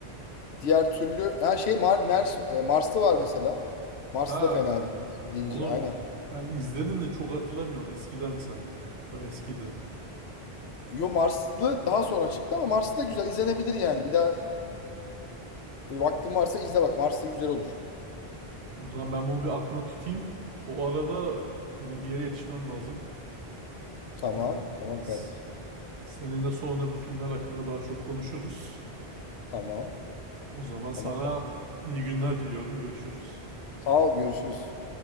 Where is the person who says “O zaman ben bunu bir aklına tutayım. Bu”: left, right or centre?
Right